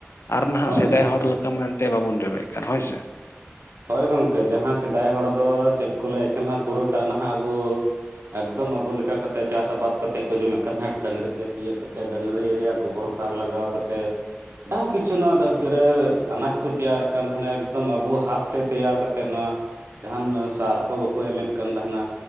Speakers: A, on the left; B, on the right.
A: ᱟᱨ ᱱᱟᱦᱟᱜ
B: ᱦᱳᱭ
A: ᱥᱮᱫᱟᱭ
B: ᱦᱳᱭ
A: ᱦᱚᱲ
B: ᱦᱳᱭ
A: ᱞᱮᱠᱟ ᱢᱟ ᱮᱱᱛᱮᱫ ᱵᱟᱵᱚᱱ ᱡᱚᱢᱮᱫ ᱠᱟᱱ ᱦᱳᱭᱥᱮ᱾
B: ᱦᱳᱭ ᱜᱚᱝᱠᱮ ᱡᱟᱦᱟᱸ ᱥᱮᱫᱟᱭ ᱦᱚᱲ ᱫᱚ ᱪᱮᱫ ᱠᱚ ᱞᱟᱹᱭᱮᱫ ᱠᱟᱱᱟ ᱯᱩᱨᱟᱹᱴᱟᱜ ᱱᱟᱦᱟᱜ ᱟᱵᱚ ᱮᱠᱫᱚᱢ ᱟᱵᱚ ᱞᱮᱠᱟ ᱠᱟᱛᱮᱫ ᱪᱟᱥ ᱟᱵᱟᱫ ᱠᱟᱛᱮᱫ ᱠᱚ ᱡᱚᱢᱮᱫ ᱠᱟᱱ ᱛᱟᱦᱮᱸᱫ ᱰᱟᱹᱝᱨᱤ ᱛᱮ ᱥᱤᱭᱳᱜ ᱠᱟᱛᱮ ᱰᱟᱹᱝᱨᱤ ᱨᱮᱭᱟᱜ ᱜᱚᱵᱚᱨ ᱥᱟᱨ ᱞᱟᱜᱟᱣ ᱠᱟᱛᱮᱫ, ᱟᱨ ᱠᱤᱪᱷᱩ ᱱᱚᱣᱟ ᱫᱷᱟᱹᱨᱛᱤ ᱨᱮ ᱟᱱᱟᱡᱽ ᱠᱚ ᱛᱮᱭᱟᱨᱮᱫ ᱠᱟᱱ ᱛᱟᱦᱮᱱᱟ ᱮᱠᱫᱚᱢ ᱟᱵᱚ ᱦᱟᱛ ᱛᱮ ᱛᱮᱭᱟᱨ ᱠᱟᱛᱮᱫ ᱱᱚᱣᱟ ᱡᱟᱦᱟᱱ ᱥᱟᱨ ᱠᱚ ᱵᱟᱠᱚ ᱮᱢᱮᱫ ᱠᱟᱱ ᱛᱟᱦᱮᱱᱟ,